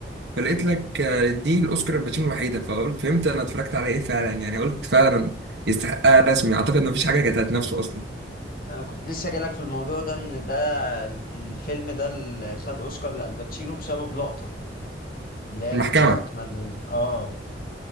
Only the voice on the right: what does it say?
فلقيت لك آه، دي الاوسكار الباتشينو الوحيده فقلت فهمت انا اتفرجت على ايه فعلا يعني قلت فعلا يستحقها رسمي اعتقد ما فيش حاجه كانت هتنافسه اصلا
المحكمه